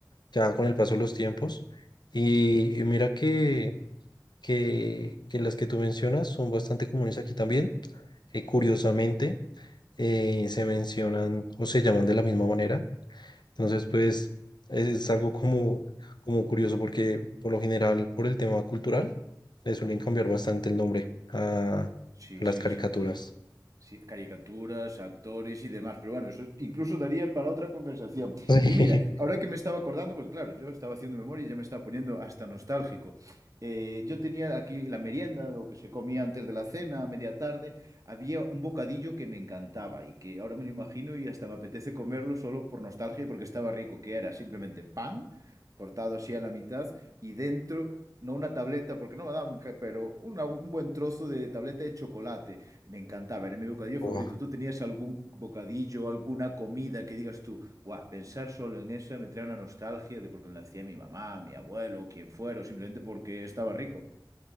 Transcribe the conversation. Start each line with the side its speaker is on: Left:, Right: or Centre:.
Left: ya con el paso de los tiempos. Y,
Right: ¿Mm?
Left: y mira que, que, que las que tú mencionas son bastante comunes aquí también. Eh, curiosamente, eh, se mencionan o se llaman de la misma manera. Entonces, pues es, es algo como, como curioso porque por lo general, por el tema cultural, le suelen cambiar bastante el nombre a, a
Right: Sí,
Left: las
Right: sí,
Left: caricaturas.
Right: sin duda. Sí, caricaturas, actores y demás. Pero bueno, eso incluso daría para otra conversación.
Left: <laughs>
Right: Y mira, ahora
Left: Sí.
Right: que me estaba acordando, porque claro, yo estaba haciendo memoria y ya me estaba poniendo hasta nostálgico. Eh, yo tenía aquí la merienda, lo que se comía antes de la cena, a media tarde. Había un bocadillo que me encantaba y que ahora me lo imagino y hasta me apetece comerlo solo por nostalgia y porque estaba rico, que era simplemente pan cortado así a la mitad y dentro... No una tableta, porque no me daban, ca- pero una- un buen trozo de tableta de chocolate. Me encantaba, era mi bocadillo
Left: Buah,
Right: favorito. ¿Tú tenías algún bocadillo, alguna comida que digas tú, Buah, pensar solo en eso me trae una nostalgia de porque lo hacía mi mamá, mi abuelo, quien fuera, o simplemente porque estaba rico?